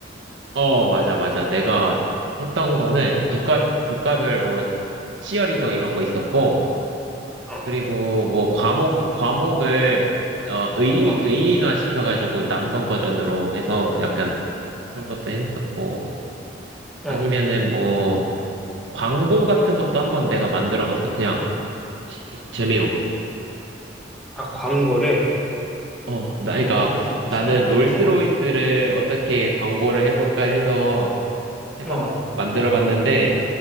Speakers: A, on the right; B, in the centre.
A: 어, 맞아, 맞아. 내가 했던 거는 국가, 국가별 뭐, 치어리더 이런 거 있었고,
B: 어,
A: 그리고 뭐, 과목, 과목을, 어, 의,
B: 어,
A: 의인화 시켜가지고 남성 버전으로 해서 약간 그런 것도 했었고,
B: 어.
A: 아니면은 뭐, 광고 같은 것도 한번 내가 만들어 봤어. 그냥 시- 재미로.
B: 아, 광고를?
A: 어, 나,
B: 오,
A: 그러니까 나는
B: 신기하다.
A: 롤스로이스를
B: 어,
A: 어떻게 광고를 해볼까 해서 해봤,
B: 어,
A: 만들어 봤는데,